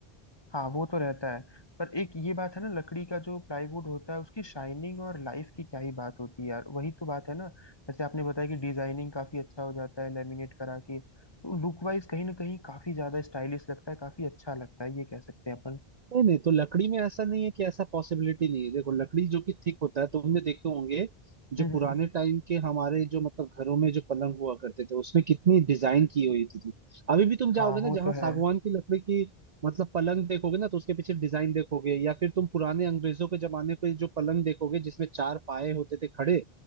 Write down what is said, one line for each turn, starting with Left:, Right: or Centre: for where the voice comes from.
Left: हाँ वो तो रहता है पर एक ये बात है ना लकड़ी का जो प्लाईवुड होता है उसकी शाइनिंग और लाइफ की क्या ही बात होती है यार वही तो बात है ना जैसे आपने बताया कि डिजाइनिंग काफी अच्छा हो जाता है लेमिनेट करा के तो लुक वाइज कहीं ना कहीं काफी ज्यादा स्टाइलिश लगता है काफी अच्छा लगता है ये कह सकते हैं अपन
Right: नहीं नहीं तो लकड़ी में ऐसा नहीं है कि ऐसा पॉसिबिलिटी नहीं है देखो लकड़ी जो कि थिक होता है तुमने देखे होंगे जो
Left: हम्म
Right: पुराने
Left: हम्म।
Right: टाइम के हमारे जो मतलब घरों में जो पलंग हुआ करते थे उसमें कितनी डिजाइन की हुई थी अभी भी तुम
Left: हाँ
Right: जाओगे
Left: वो
Right: ना जहाँ
Left: तो
Right: सागवान
Left: है
Right: की लकड़ी की मतलब पलंग देखोगे ना तो उसके पीछे डिजाइन देखोगे या फिर तुम पुराने अंग्रेजों के जमाने के जो पलंग देखोगे जिसमें चार पाए होते थे खड़े